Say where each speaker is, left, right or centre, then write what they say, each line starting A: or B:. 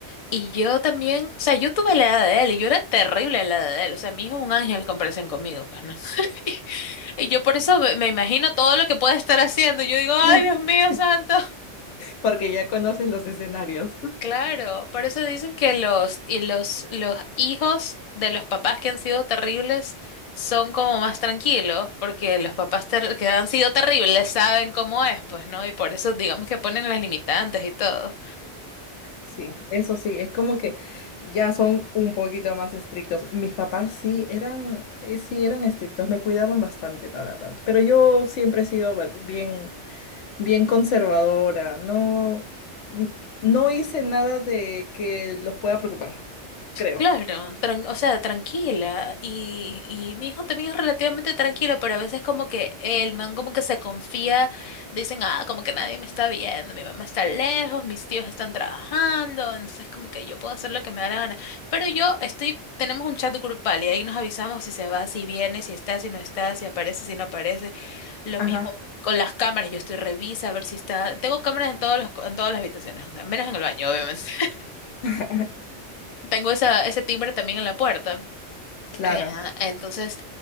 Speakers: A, on the left; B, on the left.
A: Y yo también, o sea, yo tuve la edad de él, y yo era terrible a la edad de él, o sea, mi hijo es un ángel en comparación conmigo, pues, ¿no? <laughs> Y yo por eso me me imagino todo lo que puede estar haciendo, yo digo, ay,
B: <laughs>
A: Dios mío, santo.
B: Porque ya conoces los escenarios.
A: Claro, por eso dicen que los, y los, los hijos de los papás que han sido terribles son como más tranquilos, porque los papás ter- que han sido terribles saben cómo es, pues, ¿no? Y por eso digamos que ponen las limitantes y todo.
B: Sí, eso sí, es como que ya son un poquito más estrictos. Mis papás sí eran, eh, sí eran estrictos, me cuidaban bastante, la verdad. Pero yo siempre he sido ba- bien, bien conservadora. No, n- no hice nada de que los pueda preocupar, creo.
A: Claro, tran- o sea, tranquila. Y, y mi hijo también es relativamente tranquilo, pero a veces como que el man como que se confía, dicen, ah, como que nadie me está viendo, mi mamá está lejos, mis tíos están trabajando, entonces como que yo puedo hacer lo que me da la gana. Pero yo estoy, tenemos un chat grupal y ahí nos avisamos si se va, si viene, si está, si no está, si aparece, si no aparece. Lo
B: Ajá.
A: mismo con las cámaras, yo estoy revisa a ver si está. Tengo cámaras en todos los, co- en todas las habitaciones, o sea, menos en el baño, obviamente. <laughs>
B: <laughs>
A: Tengo esa, ese timbre también en la puerta.
B: Claro.
A: Eh, ah, entonces,